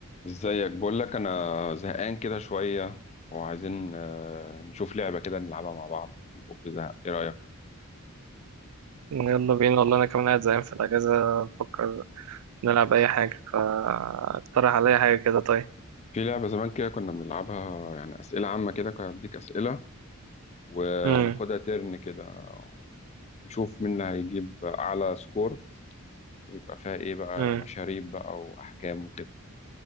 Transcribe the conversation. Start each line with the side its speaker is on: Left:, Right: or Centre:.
Left: ازيك بقول لك انا زهقان كده شويه وعايزين آه، نشوف لعبه كده نلعبها مع بعض نفك زهق ايه رايك
Right: يلا بينا والله انا كمان قاعد زهقان في الاجازه بفكر نلعب اي حاجه فاقترح عليا حاجه كده طيب
Left: في لعبه زمان كده كنا بنلعبها يعني اسئله عامه كده كنت اديك اسئله وناخدها
Right: امم
Left: ترن كده نشوف مين اللي هيجيب اعلى سكور ويبقى فيها ايه بقى
Right: امم
Left: مشاريب بقى واحكام وكده